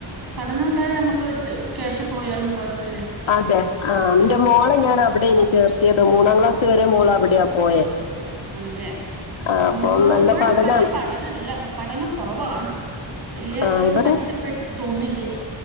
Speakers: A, on the right; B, on the left.
A: പഠന ഉണ്ടായാ നമ്മക്ക് ച് ക്യാഷ് പോയാലും കൊഴ്പ്പല്ല.
B: അതെ. ആഹ് നിന്റെ മോളെ ഞാൻ അവ്ടേനി ചേർത്തിയത്. മൂന്നാം ക്ലാസ് വരെ മോള് അവടെയാ പോയേ.
A: ആണല്ലേ
B: ആഹ്
A: മൂ
B: പ്പം നല്ല
A: ഇവിടെ
B: പഠനാണ്.
A: വല്യ പഠനല്ല പ്പ പഠനം കൊറവാണ്. വല്യ
B: ആ
A: ഒരു
B: ഇവിടെ
A: മെച്ചപ്പെ തോന്നില്ല്യ.